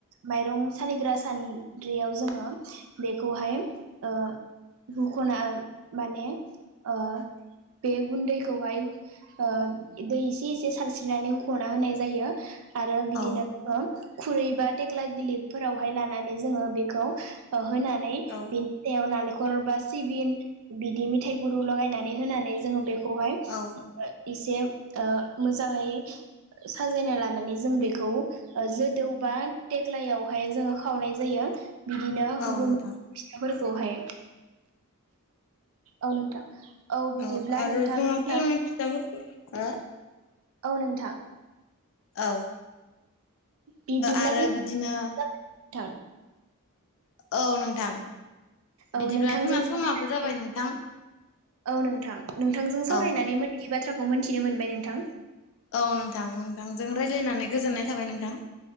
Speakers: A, on the right; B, on the left.
A: माइरं सालिग्रा सान्द्रियाव जोङो बेखौहाय ओ हुखना माने ओ बे गुन्दैखौहाय ओ दै एसे एसे सारस्रिनानै होख'ना होनाय जायो। आरो बिदि
B: औ
A: नाङो खुरै बा थेख्ला गिलिपफोरावहाय लानानै जोङो बेखौ होनानै
B: औ
A: बिनि सायाव नालेंखर बा सिबिन बिदि मिथाइ गुरु लगायनानै होनानै जोङो बेखौहाय
B: औ
A: एसे ओ मोजाङै साजायना लानानै जों बेखौ ओ जोदौ बा देग्लायावहाय जोङो खावनाय जायो बिदिनो
B: औ
A: हुगुल
B: नोंथां
A: फिथायफोरखौहाय औ नोंथां बिदिब्ला
B: औ आरोथ'
A: नोंथां जोंना
B: गेमनि फिथाफोरखौ हो
A: औ नोंथां
B: औ
A: बिब्दिब्ला
B: आरो
A: जों <unintelligible>
B: बिदिनो
A: नोंथां
B: औ नोंथां
A: औ
B: बिदिब्ला
A: नोंथांजों
B: जोंना
A: सावरायनानै
B: समाबो जाबाय नोंथां।
A: औ नोंथां नोंथांजों सावरायनानै
B: औ
A: मोनथि बाथ्राखौ मोनथिनो मोनबाय नोंथां।
B: औ नोंथां नोंथांजों रायज्लायनानै गोजोननाय थाबाय नोंथां।